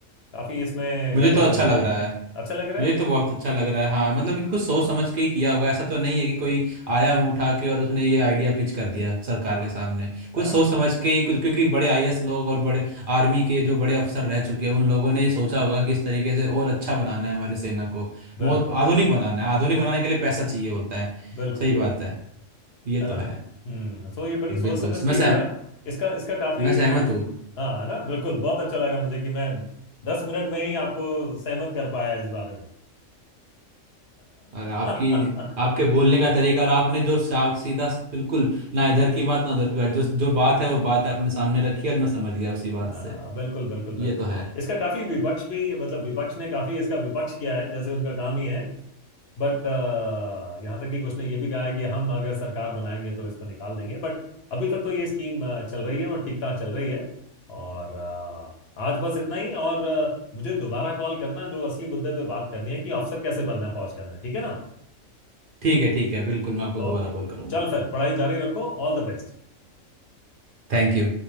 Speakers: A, on the left; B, on the right.
A: काफी इसमें
B: मुझे
A: गड़बड़
B: तो अच्छा
A: होने वाली
B: लग रहा
A: है
B: है
A: अच्छा लग रहा
B: मुझे
A: है
B: तो बहुत अच्छा लग रहा है हाँ मतलब कि कुछ सोच समझ के ही किया होगा ऐसा तो नहीं है कि कोई आया मुंह उठा के और उसने ये आइडिया पिच कर दिया सरकार
A: हाँ
B: के सामने कुछ
A: है ना
B: सोच समझ के ही कुछ क्योंकि बड़े आईएएस लोग और बड़े आर्मी के जो बड़े अफसर रह चुके हैं उन लोगों ने ये सोचा होगा कि इस तरीके से और अच्छा बनाना है हमारी सेना को
A: बिल्कुल
B: मो- आधुनिक बनाना है आधुनिक बनाने के लिए पैसा चाहिए होता है
A: बिल्कुल
B: सही बात है ये तो
A: है ना
B: है
A: हम्म तो ये बड़ी सोच
B: बिल्कुल
A: समझ के
B: मैं
A: ही हुआ
B: सहम
A: है इसका इसका काफी
B: मैं सहमत
A: अम,
B: हूँ
A: हाँ है ना बिल्कुल बहुत अच्छा लगा मुझे कि मैं दस मिनट में ही आपको सहमत कर पाया इस बारे में
B: अरे आपकी
A: <laughs>
B: आपके बोलने का तरीका और आपने जो साफ सीधा बिल्कुल ना इधर की बात ना उधर की बात जो जो बात है वो बात है आपने सामने रखी और मैं समझ गया उसी बात
A: आ,
B: से
A: बिल्कुल बिल्कुल बिल्कुल
B: ये तो है
A: इसका काफी विपक्ष भी मतलब विपक्ष ने काफी इसका विपक्ष किया है जैसे उनका काम ही है बट यहाँ तक कि कुछ ने ये भी कहा है कि हम अगर सरकार बनाएंगे तो इसको निकाल देंगे बट अभी तक तो ये स्कीम अ, चल रही है और ठीक ठाक चल रही है और अ, आज बस इतना ही और अ, मुझे दोबारा कॉल करना जो असली मुद्दे पे बात करनी है कि अफसर कैसे बनना है फौज के अंदर ठीक है ना
B: ठीक है ठीक है बिल्कुल मैं आपको दोबारा
A: ओके
B: कॉल करूंगा
A: चल फिर पढ़ाई जारी रखो ऑल द बेस्ट
B: Thank you